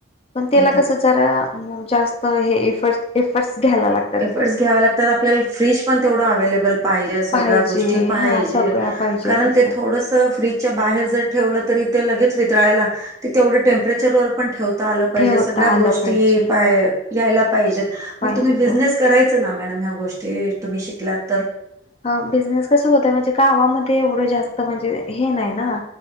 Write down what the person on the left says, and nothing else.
पण त्याला
कसं जरा मग जास्त हे इफर्ट्स इफर्ट्स घ्यायला लाग
पाहिजे
हा सगळ्या पाहिजेत
असतात.
ठेवता
आलं
पाहिजे
पाहिजे
थोडं.
हा बिझनेस कस होतय म्हणजे गावामध्ये एवढं जास्त म्हणजे हे नाही ना